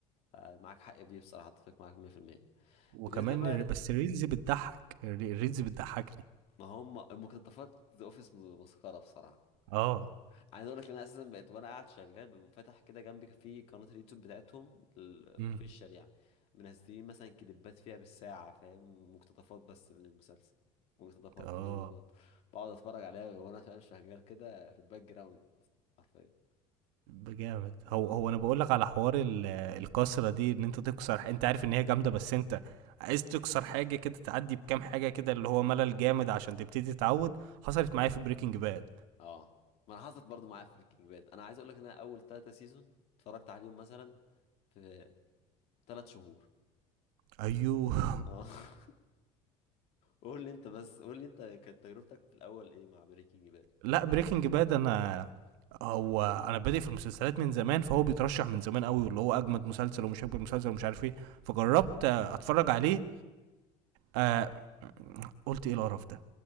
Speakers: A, on the left; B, on the right.
A: معاك حق في دي بصراحه اتفق معاك 100%
B: وكمان
A: بالنسبه بقى
B: الر- بس الريلز بتضحك الر- الريلز بتضحكني
A: ما هم المقتطفات ذا اوفيس مسخره بصراحه
B: اه
A: عايز اقول لك ان انا اساسا بقيت وانا قاعد شغال بمفتح كده جنبي في قناه اليوتيوب بتاعتهم الاوفيشال
B: امم
A: يعني منزلين مثلا كليبات فيها بالساعه فاهم مقتطفات بس من المسلسل مقتطفات
B: اه
A: مقتطفات بقعد اتفرج عليها وانا فاهم شغال كده في الباك جراوند حرفيا
B: جامد هو
A: اه
B: هو انا بقول لك على حوار ال- الكسره دي ان انت تكسر ح- انت عارف ان هي جامده بس انت عايز تكسر حاجه كده تعدي بكام حاجه كده اللي هو ملل جامد عشان تبتدي تتعود حصلت معايا في بريكنج باد
A: اه ما انا حصلت برضو معايا في بريكنج باد انا عايز اقول لك ان انا اول ثلاثة سيزون اتفرجت عليهم مثلا في ثلاث شهور
B: ايوه
A: اه
B: <laughs>
A: <laughs> قول لي انت بس قول لي انت كانت تجربتك في الاول ايه مع بريكنج باد
B: لا بريكنج باد انا هو انا بادئ في المسلسلات من زمان فهو بيترشح من زمان قوي واللي هو اجمد مسلسل ومش اجمد مسلسل ومش عارف ايه فجربت آه، اتفرج عليه آه قلت ايه القرف ده